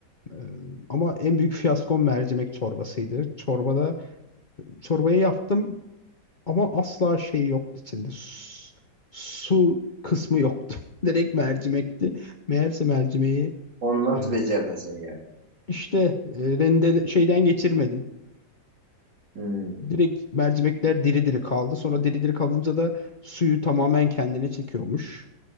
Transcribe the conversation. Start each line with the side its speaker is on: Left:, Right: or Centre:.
Left: Ee, Ama en büyük fiyaskom mercimek çorbasıydı. Çorbada çorbayı yaptım ama asla şey yoktu içinde. Su, su kısmı yoktu. <laughs> Direkt mercimekti. Meğerse mercimeği
Right: Onu nasıl
Left: e,
Right: becerdin sen ya?
Left: işte e, rendele- şeyden geçirmedim.
Right: Hmm.
Left: Direkt mercimekler diri diri kaldı. Sonra diri diri kalınca da suyu tamamen kendine çekiyormuş.